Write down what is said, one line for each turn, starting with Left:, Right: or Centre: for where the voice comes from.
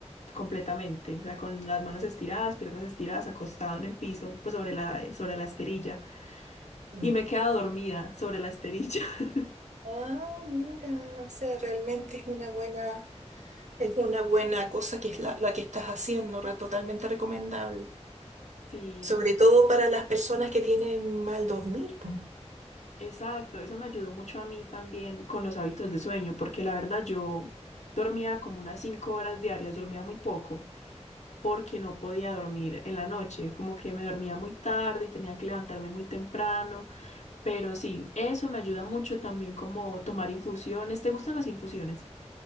Left: completamente, o sea, con las manos estiradas, piernas estiradas, acostado en el piso, pues sobre la, sobre la esterilla.
Right: Mm.
Left: Y me quedaba dormida sobre la esterilla. <laughs>
Right: Ah, mira, o sea, realmente es una buena, es una buena cosa que es la, la que estás haciendo, re- totalmente recomendable.
Left: Sí,
Right: Sobre todo para las personas que tienen mal dormir, po.
Left: exacto, eso me ayudó mucho a mí también con los hábitos de sueño, porque la verdad yo dormía como unas cinco horas diarias, dormía muy poco, porque no podía dormir en la noche, como que me dormía muy tarde y tenía que levantarme muy temprano, pero sí, eso me ayuda mucho también como tomar infusiones. ¿Te gustan las infusiones?